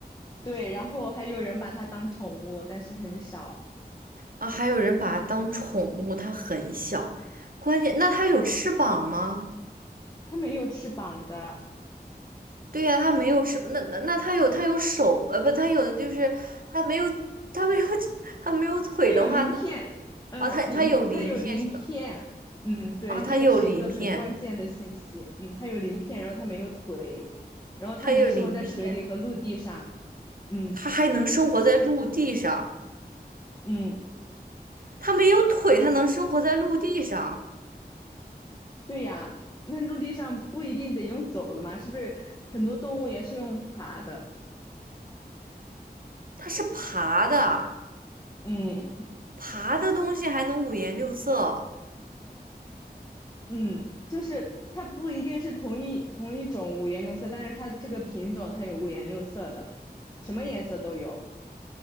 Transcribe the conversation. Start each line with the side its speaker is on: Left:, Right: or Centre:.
Left: 对，然后还有人把它当宠物，但是很少，
Right: 啊，还有人把它当宠物，它很小，关键那它有翅膀吗？
Left: 它没有翅膀的。
Right: 对呀、他没有翅那那那他有他有手，呃，不，他有的就是他没有他没有 <laughs> 他没有腿的话，
Left: 它有鳞片，
Right: 那
Left: 嗯，
Right: 啊，他他有鳞片是吧？
Left: 你你它有鳞片，嗯，对，
Right: 啊，他有鳞片，
Left: 这个是一个很关键的信息，嗯，它有鳞片，然后它没有腿，然后它能生活在水里和陆地上，
Right: 他有鳞片，
Left: 嗯
Right: 他还能生活在陆地上，
Left: 嗯，
Right: 他没有腿，他能生活在陆地上，
Left: 对呀，那陆地上不一定得用走的嘛，是不是很多动物也是用爬的？
Right: 它是爬的，
Left: 嗯
Right: 爬的东西还能五颜六色
Left: 嗯，就是它不一定是同一同一种五颜六色，但是它这个品种它有五颜六色的，什么颜色都有，